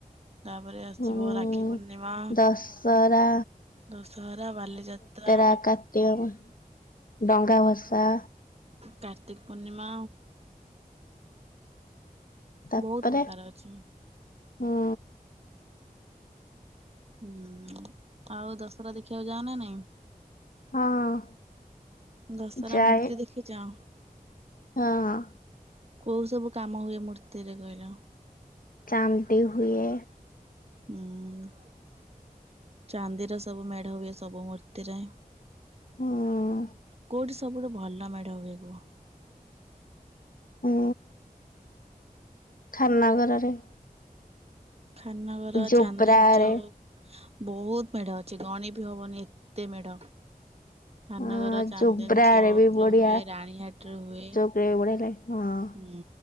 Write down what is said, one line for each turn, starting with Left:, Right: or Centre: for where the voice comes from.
Right: ତାପରେ ଆସିବ
Left: ଉଁ
Right: ରାକ୍ଷୀ ପୂର୍ଣ୍ଣିମା।
Left: ଦଶହରା
Right: ଦଶହରା, ବାଲିଯାତ୍ରା
Left: ଆ- କାର୍ତ୍ତିକ କୁ ଡଙ୍ଗା ଭସା
Right: କାର୍ତ୍ତିକ୍ ପୂର୍ଣ୍ଣିମା।
Left: ତା
Right: ବହୁତ
Left: ପରେ
Right: ପ୍ରକାର ଅଛି।
Left: ହୁଁ-
Right: ହୁଁ ଆଉ ଦଶରା ଦେଖିବାକୁ ଯାଅନା ନାଇଁ?
Left: ହଁ।
Right: ଦଶରା
Left: ଯାଏ
Right: ମୂର୍ତ୍ତି ଦେଖିଚ?
Left: ହଁ।
Right: କଉ ସବୁ କାମ ହୁଏ ମୂର୍ତ୍ତି ରେ କହିଲ?
Left: ଚାନ୍ଦି ହୁଏ।
Right: ହୁଁ। ଚାନ୍ଦିର ସବୁ ମେଢ ହୁଏ ସବୁ ମୂର୍ତ୍ତିରେ।
Left: ହଁ।
Right: କଉଠି ସବୁଠୁ ଭଲ ମେଢ ହୁଏ କୁହ?
Left: ହୁଁ ଖାନ୍ ନଗର ରେ।
Right: ଖାନନଗର୍,
Left: ଜୋବ୍ରାରେ
Right: ଚାନ୍ଦିନୀ ଚୌକ୍ ବହୁତ୍ ମେଢ ଅଛି ଗଣି ବି ହବନି ଏତେ ମେଢ। ଖାନନଗର୍,
Left: ହଁ
Right: ଚାନ୍ଦିନୀ
Left: ଚୋବ୍ରାରେ
Right: ଚୌକ
Left: ବି ବଢିଆ
Right: ରେ ହୁଏ ରାଣୀହାଟ ରେ ହୁଏ
Left: <unintelligible>
Right: ହୁଁ